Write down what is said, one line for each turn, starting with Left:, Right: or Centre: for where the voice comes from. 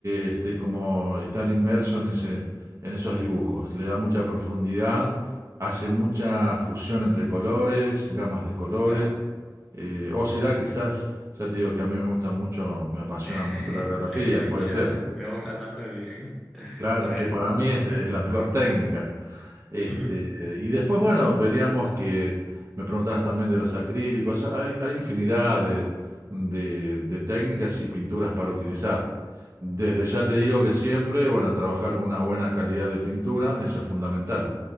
Right: eh, este, como estar inmerso en ese, en esos dibujos. Le da mucha profundidad, hace mucha fusión entre colores, gamas de colores.
Centre: Claro,
Right: Eh, o será
Centre: excelente.
Right: quizás ya te digo que a mí me gusta mucho, me apasiona
Centre: <laughs>
Right: mucho la aerografía, puede
Centre: Claro,
Right: ser.
Centre: me gusta tanto que <laughs>
Right: Claro,
Centre: está bien.
Right: que para mí es, es la mejor técnica. Este,
Centre: <laughs>
Right: y después, bueno, veríamos que me preguntabas también de los acrílicos. Hay, hay infinidad de, de- de técnicas y pinturas para utilizar. Desde ya te digo que siempre, bueno, trabajar con una buena calidad de pintura, eso es fundamental.